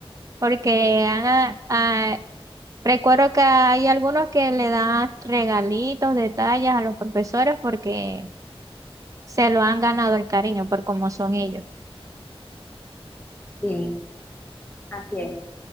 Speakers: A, on the right; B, on the left.
A: porque han, a- a- recuerdo que hay algunos que le dan regalitos, detalles a los profesores, porque... se lo han ganado el cariño por cómo son ellos.
B: Sí, así es,